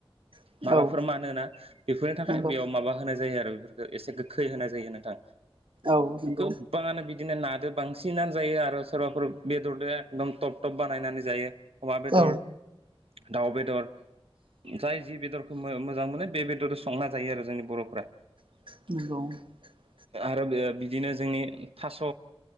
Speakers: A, on the right (about 60°); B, on the right (about 85°).
A: औ
B: मालाफोर मानो होना बेफोरनि थाखाय
A: नंगौ
B: बेयाव माबा होनाय जायो आरो बेफोरखो एसे गोखै होना जायो नोंथां
A: औ नंगौ औ नंगौ
B: गोबाङानो बि -बिदिनो नादो बांसिनानो जायो आरो सोरबाफोर बेदरजों एकदम टब थब बानायनानै जायो। अमा बेदर
A: औ नंगौ औ
B: दाउ बेदर जाय जि बेदर खौ मोजां मोनो बे बेदरजों संना जायो आरो जोंनि बर'फ्रा
A: <unintelligible>
B: आरो बे बिदिनो जोंनि थास'